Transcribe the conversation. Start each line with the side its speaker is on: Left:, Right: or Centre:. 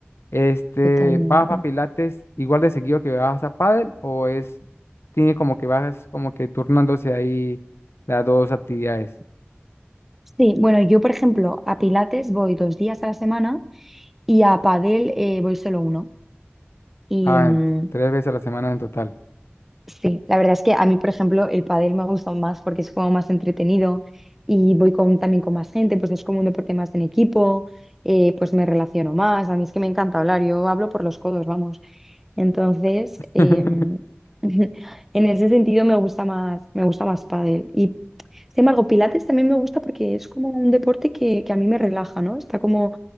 Left: este,
Centre: totalmente.
Left: ¿vas a Pilates igual de seguido que vas a pádel o es, tiene como que vas como que turnándose ahí las dos actividades?
Centre: Sí, bueno, yo por ejemplo a Pilates voy dos días a la semana y a Padel eh, voy solo uno. y
Left: Ah,
Centre: mm,
Left: en- tres veces a la semana en total.
Centre: Sí, la verdad es que a mí, por ejemplo, el pádel me ha gustado más porque es como más entretenido y voy con, también con más gente, pues es como un deporte más en equipo, eh, pues me relaciono más. A mí es que me encanta hablar, yo hablo por los codos, vamos. Entonces,
Left: <laughs>
Centre: em, <laughs> en ese sentido me gusta más, me gusta más pádel. Y sin embargo, Pilates también me gusta porque es como un deporte que, que a mí me relaja, ¿no? Está como